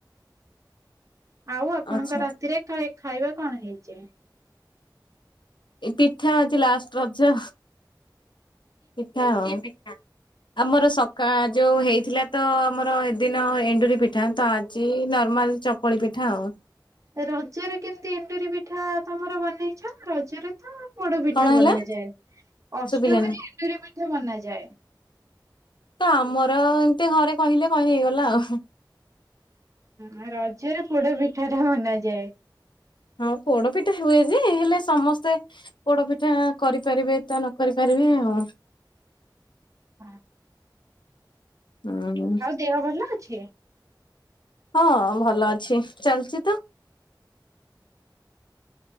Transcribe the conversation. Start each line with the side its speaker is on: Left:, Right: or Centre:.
Right: ଆଉ ଆପଣଙ୍କ
Left: ଆଚ୍ଛା
Right: ରାତିରେ ଖାଇ -ଖାଇବା କଣ ହେଇଛି।
Left: ଏଇ ପିଠା ଅଛି ଲାଷ୍ଟ ରଜ। ପିଠା ହବ, ରୁଟି ପିଠା। ଆମର ସକାଳ ଯୋଉ ହେଇଥିଲା ତ ଆମର ଏଦିନ ଏଣ୍ଡୁରି ପିଠା ତ ଆଜି ନର୍ମାଲ। ଚକଳି ପିଠା ଆଉ।
Right: ରଜରେ କେମିତି ଏଣ୍ଡୁରି ପିଠା ତମର ବନେଇଛ ରଜରେ ତ ପୋଡ ପିଠା
Left: କଣ
Right: ବନାଯାଏ,
Left: ହେଲା?
Right: ଅଷ୍ଟମୀରେ
Left: ଶୁଭିଲାନି
Right: ଏଣ୍ଡୁରି ପିଠା ବନାଯାଏ।
Left: ତ ଆମର ଏମିତି ଘରେ କହିଲେ କହି ହେଇଗଲା ଆଉ।
Right: ହୁଁ ରଜରେ ପୋଡ ପିଠା ଟା ବନାଯାଏ।
Left: ହଁ, ପୋଡପିଠା ହୁଏ ଯେ ହେଲେ ସମସ୍ତେ ପୋଡ ପିଠା କରିପାରିବେ ତା ନ କରି ପାରିବେ ଆଉ।
Right: ହଁ।
Left: ହୁଁ, ହୁଁ।
Right: ଦେହ ଭଲ ଅଛି?
Left: ହଁ ଭଲ ଅଛି ଚାଲିଛି ତ।